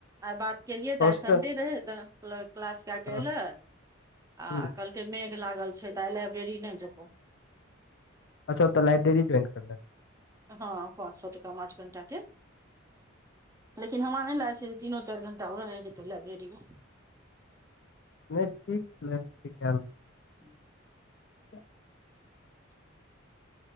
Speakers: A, on the right (about 15°); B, on the left (about 60°).
A: आइ बात केलियै तऽ
B: हॉस्टल
A: आइ संडे रहे त क्ल क्लास क के
B: हँ
A: एले आ
B: हूं
A: कह के मेघ लागल छै तऽ आइ लाइब्रेरी नै जेबो
B: अच्छ तऽ लायब्ररी जॉइन करल
A: हँ पाँच सए टका पाँच घण्टा के लेकिन हमरा नहि लागै छै तीनो चारि घं्टा रहैत हेतै लाइब्रेरी मे
B: नहि ठीक <unintelligible>
A: <inaudible>
B: <inaudible>
A: <unintelligible> <unintelligible>